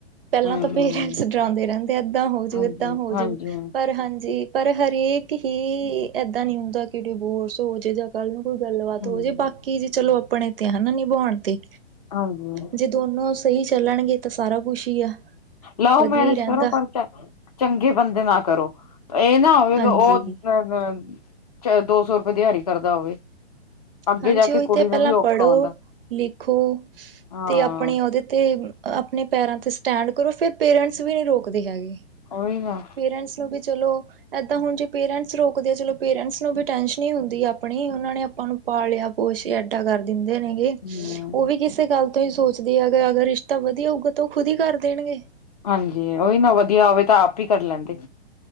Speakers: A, on the right (about 60°); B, on the left (about 35°).
A: ਪਹਿਲਾਂ
B: ਹਮ
A: ਤਾਂ ਪੇਰੈਂਟਸ
B: ਹਮ
A: ਡਰਾਉਂਦੇ ਰਹਿੰਦੇ ਏਦਾਂ ਹੋਜੂ
B: ਹਾਂਜੀ
A: ਏਦਾਂ ਹੋਜੂ
B: ਹਾਂਜੀ
A: ਪਰ ਹਾਂਜੀ ਪਰ ਹਰੇਕ ਹੀ ਏਦਾਂ ਨ੍ਹੀਂ ਹੁੰਦਾ ਡਿਬੋਰਸ ਹੋ ਜੇ ਜਾਂ ਕੱਲ੍ਹ ਨੂੰ ਕੋਈ ਗੱਲਬਾਤ
B: ਹੂੰ
A: ਹੋ ਜੇ ਬਾਕੀ ਜੀ ਚਲੋ ਆਪਣੇ ਤੇ ਹਨਾ ਨੀ ਬੋਣ ਤੇ
B: ਹਾਂਜੀ
A: ਜੇ ਦੋਨੋਂ ਸਹੀ ਚੱਲਣਗੇ ਤਾਂ ਸਾਰਾ ਕੁਛ ਹੀ ਆ
B: ਲਵ
A: ਵਧੀਆ
B: ਮੈਰੇਜ
A: ਹੀ ਰਹਿੰਦਾ
B: ਕਰੋ ਪਰਚਾ ਚੰਗੇ ਬੰਦੇ ਨਾ ਕਰੋ, ਇਹ ਨਾ ਹੋਵੇ
A: ਹਾਂਜੀ
B: ਕਿ ਉਹ 'ਚ' ਦੋ ਸੌ ਰੁਪਏ ਦਿਹਾੜੀ ਕਰਦਾ ਹੋਵੇ ਅੱਗੇ
A: ਹਾਂਜੀ
B: ਜਾ
A: ਉਹੀ
B: ਕੇ ਕੁੜੀ
A: ਤੇ
B: ਨੂੰ
A: ਪਹਿਲਾਂ
B: ਵੀ ਔਖਾ
A: ਪੜ੍ਹੋ,
B: ਹੁੰਦਾ
A: ਲਿਖੋ,
B: ਹਾਂ
A: ਤੇ ਆਪਣੇ ਉਹਦੇ ਤੇ ਆਪਣੇ ਪੈਰਾਂ 'ਤੇ ਸਟੈਂਡ ਕਰੋ ਫ਼ਿਰ ਪੇਰੈਂਟਸ ਵੀ ਨਹੀਂ ਰੋਕਦੇ ਹੈਗੇ
B: ਓਹੀ ਹਾ
A: ਪੇਰੈਂਟਸ ਨੂੰ ਵੀ ਚਲੋ ਏਦਾਂ ਹੁਣ ਜੇ ਪੇਰੈਂਟਸ ਰੋਕਦੇ ਆ ਚਲੋ ਪੇਰੈਂਟਸ ਨੂੰ ਵੀ ਟੈਂਸ਼ਨ ਨਹੀਂ ਹੁੰਦੀ ਆਪਣੀ ਉਹਨਾਂ ਨੇ ਆਪਾਂ ਨੂੰ ਪਾਲਿਆ ਪੋਸ਼ਿਆ ਐਡਾ ਕਰ ਦਿੰਦੇ ਨੇ
B: ਹੂੰ
A: ਉਹ ਵੀ ਕਿਸੇ ਗੱਲ ਤੋਂ ਹੀ ਸੋਚਦੀ ਐ ਅਗਰ ਰਿਸ਼ਤਾ ਵਧੀਆਂ ਹੋਊਗਾ ਤਾਂ ਉਹ ਖੁਦ ਹੀ ਕਰ ਦੇਣਗੇ
B: ਹਾਂਜੀ ਉਹੀ ਨਾ ਵਧੀਆਂ ਹੋਵੇ ਤਾਂ ਆਪ ਹੀ ਕਰ ਲੈਂਦੇ